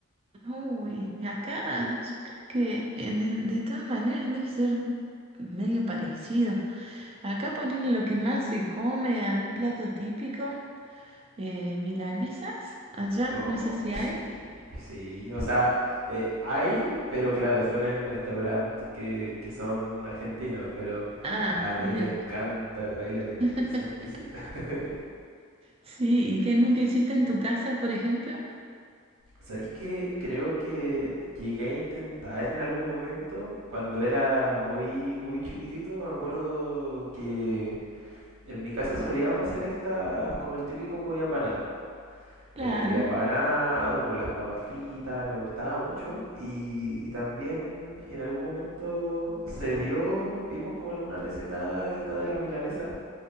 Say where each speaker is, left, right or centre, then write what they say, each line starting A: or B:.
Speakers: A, on the right; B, on the right.
A: Uy, acá yo creo que eh, de, de todas maneras debe ser medio parecido. Acá ponerle lo que más se come, algún plato típico, eh, milanesas, allá,
B: no
A: no sé si hay.
B: sí, sí, o sea, eh, hay, pero claro, son en restaurantes que, que son argentinos, pero
A: Ah,
B: a mí
A: bien.
B: me encanta, hoy la milanesa,
A: <laughs>
B: exquisita. <laughs>
A: Sí, ¿y qué nunca hiciste en tu casa, por ejemplo?
B: ¿Sabéis qué? Creo que llegué a intentar en algún momento, cuando era muy, muy chiquitito, me acuerdo que en mi casa solíamos hacer estas como el típico pollo apanado.
A: Claro,
B: El pollo apanado con las papas fritas, me gustaba mucho. Y, y también en algún momento se vio, vimos como alguna receta de esta de la milanesa.